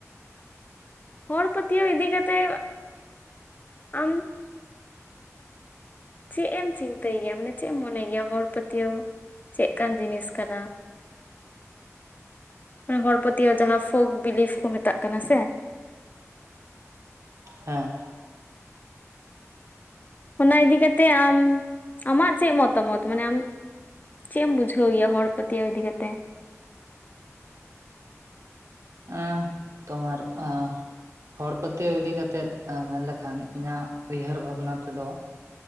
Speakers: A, on the left; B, on the right.
A: ᱦᱚᱲ ᱯᱟᱹᱛᱭᱟᱹᱣ ᱤᱫᱤ ᱠᱟᱛᱮ ᱟᱢ ᱪᱮᱜ ᱮᱢ ᱪᱤᱱᱛᱟᱹᱭ ᱜᱮᱭᱟ ᱢᱟᱱᱮ ᱪᱮᱜ ᱮᱢ ᱢᱚᱱᱮ ᱜᱮᱭᱟ ᱦᱚᱲ ᱯᱟᱹᱛᱭᱟᱹᱣ ᱪᱮᱫᱠᱟᱱ ᱡᱤᱱᱤᱥ ᱠᱟᱱᱟ? ᱦᱚᱲ ᱯᱟᱹᱛᱭᱟᱹᱣ ᱡᱟᱦᱟᱸ ᱯᱷᱳᱠ ᱵᱤᱞᱤᱯᱷ ᱠᱚ ᱢᱮᱛᱟᱜ ᱠᱟᱱᱟ ᱥᱮ
B: ᱦᱮᱸ
A: ᱚᱱᱟ ᱤᱫᱤ ᱠᱟᱛᱮᱜ ᱟᱢ ᱟᱢᱟᱜ ᱪᱮᱫ ᱢᱚᱛᱚ ᱢᱚᱛ ᱢᱟᱱᱮᱜ ᱟ ᱟᱢ? ᱪᱮᱫ ᱮᱢ ᱵᱩᱡᱷᱟᱹᱣ ᱜᱮᱭᱟ ᱦᱚᱲ ᱯᱟᱹᱛᱭᱟᱹᱣ ᱤᱫᱤ ᱠᱟᱛᱮ?
B: ᱮᱸ ᱛᱚᱢᱟᱨ ᱮᱸ ᱦᱚᱲ ᱯᱟᱹᱛᱭᱟᱹᱣ ᱤᱫᱤ ᱠᱟᱛᱮᱫ ᱢᱮᱱ ᱞᱠᱷᱟᱱ ᱤᱧᱟᱹᱜ ᱩᱭᱦᱟᱹᱨ ᱵᱷᱟᱵᱽᱱᱟ ᱛᱮᱫᱚ